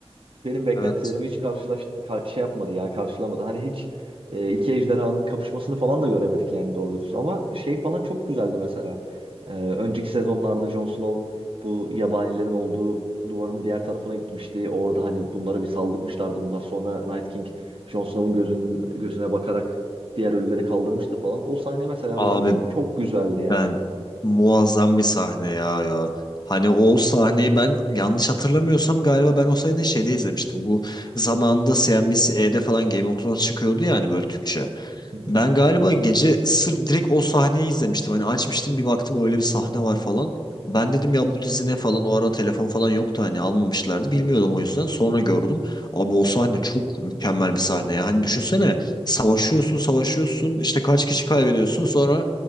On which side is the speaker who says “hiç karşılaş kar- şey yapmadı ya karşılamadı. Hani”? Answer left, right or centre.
Right